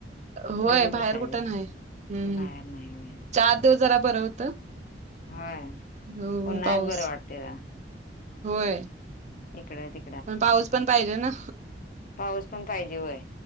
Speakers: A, on the right; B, on the left.
A: होय
B: घरीच
A: बाहेर
B: बसायचं
A: कुठं नाही हम्म
B: बाहेर नाही होय.
A: चार दिवस जरा बरं होतं.
B: होय
A: ऊन
B: पन
A: पाऊस
B: नाहीत बरं वाटते का.
A: होय.
B: इकडे.
A: पाऊस पण पाहिजे ना.
B: पाऊस पण पाहिजे वय